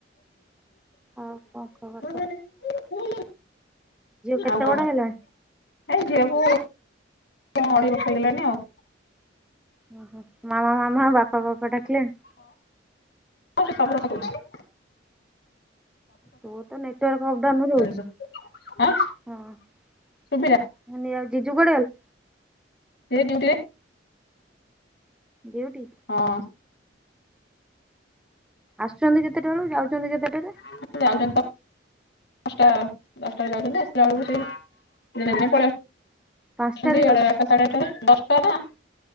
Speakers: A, in the centre; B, on the left.
A: ଆଉ କଣ ଖବର
B: ଆଉ।
A: କୁହ। କେତେ
B: ଆଉ କଣ
A: ବଡ ହେଲାଣି?
B: ଏ ଝିଅକୁ ଅଢେଇ ବର୍ଷ ହେଇ ଗଲାଣିି ଆଉ।
A: ଓହୋ ମାମା ମାମା ବାପା ବାପା ଡାକିଲାଣି।
B: ଆଉ ସେ ସବୁ କଥା କହୁଚି।
A: ତୋର ତ ନେଟୱାର୍କ ପ୍ରୋବ୍ଲେମ
B: କହିଲି
A: ହଉଛି
B: ଆଁ।
A: ହଁ।
B: ସୁବିଲା
A: ନାନୀ ଆଉ ଜିଜୁ କୁଆଡେ ଗଲେ?
B: ସେ ଡଉଟିରେ।
A: ଡଉଟି।
B: ହଁ।
A: ଆସୁଚନ୍ତି କେତେଟା ବେଳୁ ଯାଉଚନ୍ତି କେତେଟାରେ?
B: <inaudible> ଦଶଟା ଦଶଟା ରେ ଯାଉଛନ୍ତି ଆସିଲା ବେଳକୁ ସେଇ, ଦିନେ ଦିନେ ପଲେଇ ଅସୁଛନ୍ତି।
A: ପାଞ୍ଚଟାରେ
B: <inaudible> ସାଢେ
A: ଯାଉଛନ୍ତି
B: ଆଠଟାରେ <inaudible>